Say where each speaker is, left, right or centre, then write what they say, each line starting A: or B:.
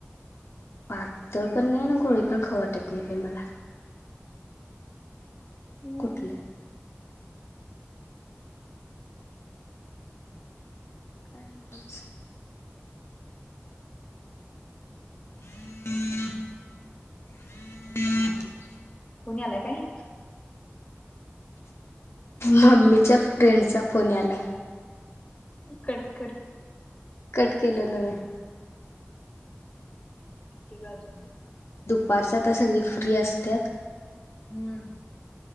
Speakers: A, on the left; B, on the left.
A: पाकतळ पण नाही ना गोळी पण ख वाटत नाही प मला
B: हम्म
A: कुठलं काय नाही ह ह हम
B: फोन आलाय काय
A: मम्मीच्या फ्रेंडचा फोन यालाय
B: कटकर
A: कट केले न्
B: किती ग अजून
A: वारसातता सगळी फ्री असत्यात
B: हम्म